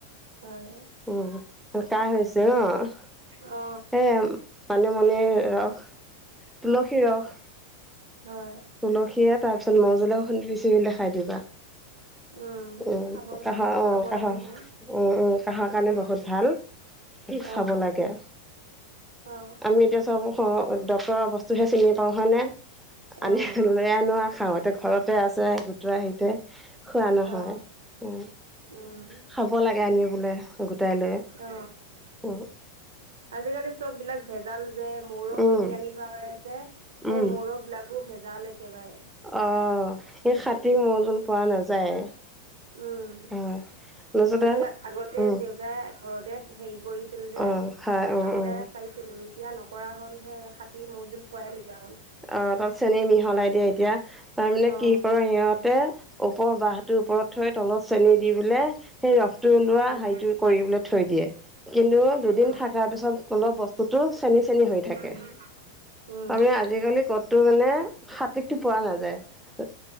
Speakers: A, on the right (about 65°); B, in the centre.
A: হয়।
B: উমঁ, তো কাহ হৈছে ন'
A: অ
B: সেইয়া- মানিমুনি ৰস, তুলসী ৰস,
A: হয়।
B: তুলসীয়ে তাৰপিছত মৌজুলে অকণ পিচি কিনে খাই দিবা।
A: উম
B: উমঁ,
A: খাব
B: কাহ উম'
A: খাব
B: কাহ।
A: লাগিব
B: উমঁ-উমঁ। কাহৰ কাৰণে
A: অ
B: বহুত ভাল দি খাব
A: অ
B: লাগে।
A: অ
B: আমি- এতিয়া চব ডক্তৰৰ বস্তুহে চিনি পাওঁ হয়নে আনি
A: উম
B: লৈ আনো আও খাওঁ। তে ঘৰতে আছে গোটৰা হেৰিতে খোৱা নহয়,
A: অ
B: উমঁ।
A: উম
B: খাব লাগে আনি বলে গোটাই লৈ,
A: অ
B: উমঁ।
A: আজিকালি চববিলাক ভেজাল যে- মৌ ৰস
B: উম
A: কিনি আনি থোৱা হৈ আছে সেই
B: উম
A: মৌ ৰস বিলাকো ভেজাল একেবাৰে।
B: অ', সেই খাটি মৌ জোল পোৱা নাযায়।
A: উমঁ।
B: হয়। তাৰপিছতে
A: আজি আগতে
B: উম,
A: দেউতাই ঘৰতে হেৰি কৰিছিল যে-
B: অ', খাই উম,
A: আগতে
B: উম,
A: পাইছিলো এতিয়া নকৰা হ'ল হে খাটি মৌজুল পোৱা নাযায়।
B: অঁ', তা'ত চেনি মিহলাই দিয়ে এতিয়া, তাৰ মানে
A: অ
B: কি কৰে সিহঁতে- ওপৰ বাহটোৰ ওপৰত থৈ তলত চেনি দি পেলাই- সেই ৰসটো ওলোৱা
A: উম
B: হেৰিটো কৰিবলৈ থৈ দিয়ে কিন্তু দুদিন
A: অ
B: থকাৰ পিছত- তলৰ বস্তুতো চেনি-চেনি হৈ থাকে।
A: উম উম
B: তাৰমানে আজিকালি ক'তো মানে খাটিটো পোৱা নাযায়।